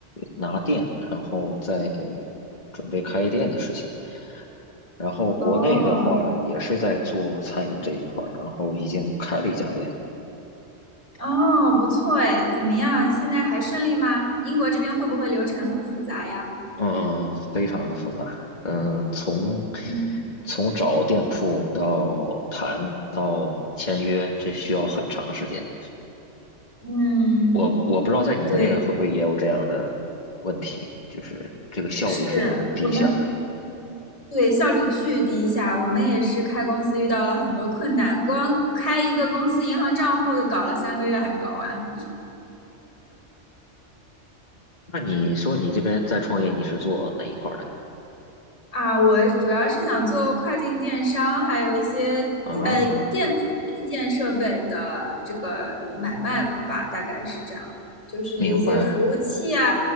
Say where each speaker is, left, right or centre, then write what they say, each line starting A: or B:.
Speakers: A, on the left; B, on the left.
A: 拿店，然后在准备开店的事情。然后国内的话也是在做餐饮这一块儿，
B: 哦
A: 然后已经开了一家店，
B: 哦，不错哎，怎么样？现在还顺利吗？英国这边会不会流程很复杂呀？
A: 嗯，非常的复杂。嗯，从
B: 嗯，
A: 从找店铺到谈到签约，这需要很长时间。
B: 嗯
A: 我我不知道在你们那边会不会也有这样的问题，
B: 对，
A: 就是这个效率非常的低下。
B: 是我们。对，效率巨低下。我们也是开公司遇到了很多困难，光开一个公司银行账户就搞了三个月还没搞完
A: 那你说你这边在创业，你是做哪一块儿的？
B: 啊！我主要是想做跨境电商，还有一些呃电子硬件设备的这个买卖吧，
A: 啊，
B: 大概是这样，就是一些服务器啊、
A: 明白。